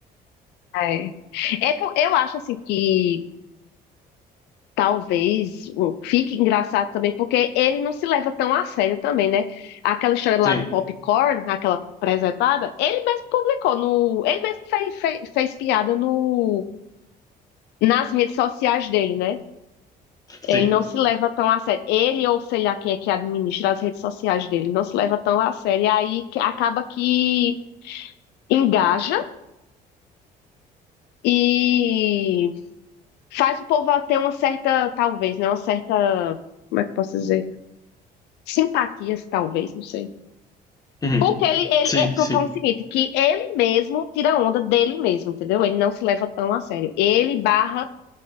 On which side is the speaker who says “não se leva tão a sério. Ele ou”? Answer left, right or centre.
Left